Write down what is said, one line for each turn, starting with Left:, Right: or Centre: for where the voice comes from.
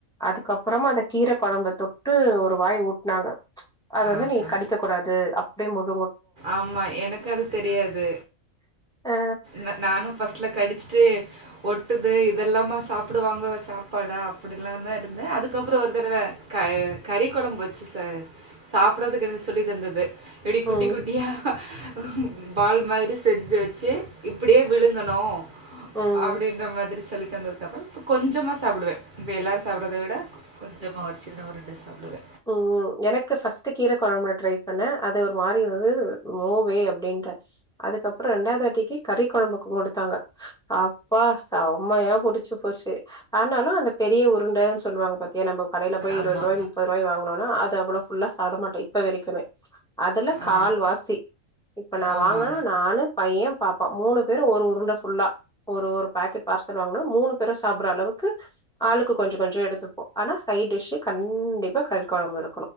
Centre: அதுக்கப்புறமா அந்த கீர குழம்ப தொட்டு ஒரு வாய் ஊட்னாங்க அத வந்து
Right: ஆக்கா
Centre: நீ கடிக்க கூடாது டே மும்
Right: ஆமா எனக்கு அது தெரியாது
Centre: அ
Right: ந-நானு பஸ்ட்ல கடிச்சுட்டு ஒட்டுது இதெல்லாமா சாப்புடுவாங்க சாப்பாடா அப்டிலா தா இருந்தே அதுக்கப்புறோ ஒரு தடவ க-கறி கொழம்பு வச்சு ச-சாப்புடறதுக்கு எனக்கு சொல்லி தந்தது எப்டி குட்டி
Centre: ம்
Right: குட் அப்டியா ம் பால் மாதிரி செஞ்சி வெச்செ இப்பிடியே விழுங்கணு
Centre: ம்
Right: அப்டின்ற மாதிரி சொல்லி <unintelligible> கொஞ்சமா சாப்புடுவே இப்ப எல்லாரு சாப்பிடறத விட கொஞ்சமா ஒரு சின்ன உருண்ட சாப்புடுவே
Centre: உம் எனக்கு ஃபஸ்ட்டு கீர குழம்புல ட்ரை பண்ணே அது ஒரு மாரி இருந்துது நோவே அப்டின்ட்ட அதுக்கப்புறோ ரெண்டாது வாட்டிக்கு கறிக் குழம்புக் குடுத்தாங்க அப்பா செம்மையா புடிச்சு போச்சு ஆனாலு அந்த பெரிய உருண்ட சொல்லுவாங்க பாத்தியா நாம்ப கடையில போய் இருவது
Right: ஆமா
Centre: ரூபாய் முப் போனான அத அவ்ளோ ஃபுல்லா சாப்ட மாட்டோ இப்ப வரைக்குமே அதுல கால்வாசி
Right: ஆ
Centre: இப்ப நா
Right: ஆமா
Centre: வாங்குன்னா நானு பைய பாப்பா மூணு பேரு ஒரு உருண்ட ஃபுல்லா ஒரு ஒரு பாக்கெட் பார்சல் வாங்குனா மூணு பேரும் சாப்புற அளவுக்கு ஆளுக்கு கொஞ்ச கொஞ்ச எடுத்துப்போ ஆனா சைட் டிஷ் கண்டிப் ப்பா கறி கொழம்பு தா